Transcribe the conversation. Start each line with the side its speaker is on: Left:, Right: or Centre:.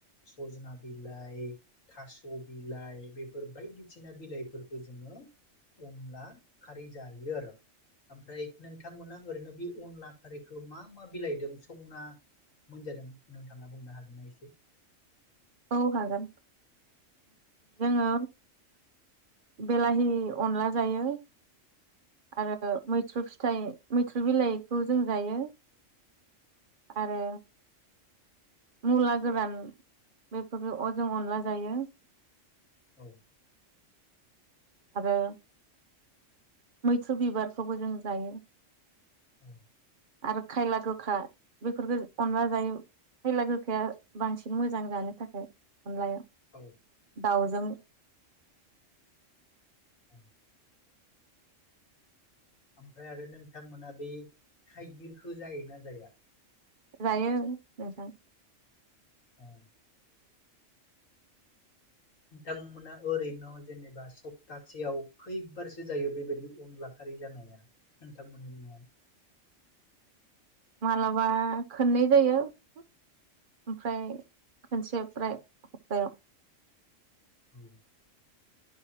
Left: सजना बिलाइ, थास' बिलाइ बेफोर बायदिसिना बिलाइफोरखौ जोङो अनला खारै जायो आरो। ओमफ्राय नोंथांमोना ओरैनो बे अनला खारैखौ मा मा बिलाइदों संना मोनजादों? नोंथाङा बुंनो हागोनना एसे?
Right: औ हागोन। जोङो बेलाहि अनला जायो आरो मैथ्रु फिथाइ, मैथ्रु बिलाइखौ जों जायो आरो मुला गोरान बेफोर अ जों अनला जायो
Left: औ।
Right: आरो मैथ्रु बिबारखौबो जों जायो
Left: औ
Right: आरो खायला गोखा बेफोरखौ अनला जायो, खायला गोखाया बांसिन मोजां जानो थाखाय। अनलाया
Left: औ
Right: दाउजों
Left: औ ओमफ्राय आरो नोंथांमोना बे थाइगिरखौ जायोना जाया?
Right: जायो नोंथां।
Left: औ नोंथांमोना ओरैनो जेनेबा सप्तासेयाव खैबारसो जायो बेबायदि अनला खारै जानाया नोंथांमोननि न'आव?
Right: मालाबा खननै जायो, ओमफ्राय खनसे ओमफ्राय हप्तायाव।
Left: <inaudible>